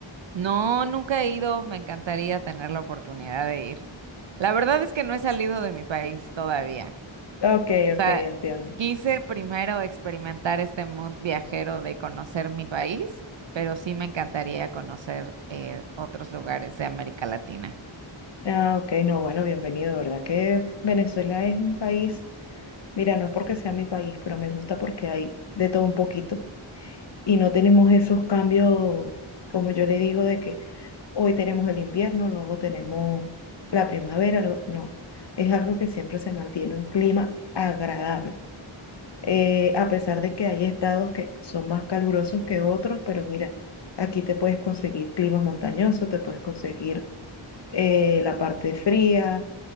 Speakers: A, on the right; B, on the left.
A: no, nunca he ido, me encantaría tener la oportunidad de ir. La verdad es que no he salido de mi país todavía.
B: Ok,
A: O sea,
B: ok, entiendo.
A: quise primero experimentar este mood viajero de conocer mi país, pero sí me encantaría conocer eh, otros lugares de América Latina.
B: Ah, ok, no, bueno, bienvenido, de verdad que Venezuela es un país, mira, no es porque sea mi país, pero me gusta porque hay de todo un poquito. y no tenemos esos cambios, como yo le digo, de que hoy tenemos el invierno, luego tenemos la primavera, lo- no, es algo que siempre se mantiene un clima agradable. Eh, a pesar de que hay estados que son más calurosos que otros, pero mira, aquí te puedes conseguir climas montañosos, te puedes conseguir eh, la parte fría,